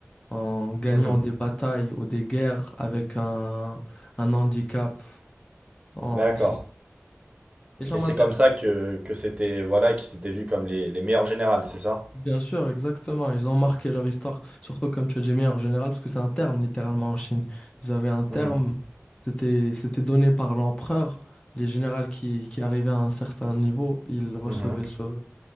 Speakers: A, on the left; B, on the right.
A: en gagnant
B: Mhm.
A: des batailles ou des guerres avec un, un handicap en
B: D'accord.
A: soi. Et ça
B: Et
A: m'intéresse.
B: c'est comme ça que, que c'était, voilà, qu'ils s'étaient vus comme les, les meilleurs générales, c'est ça?
A: Bien sûr, exactement. Ils ont marqué leur histoire, surtout comme tu as dit, meilleur général, parce que c'est un terme littéralement en Chine. Ils avaient un terme,
B: Mhm.
A: c'était c'était donné par l'empereur. Les généraux qui, qui arrivaient à un certain niveau, ils recevaient
B: Mhm.
A: ce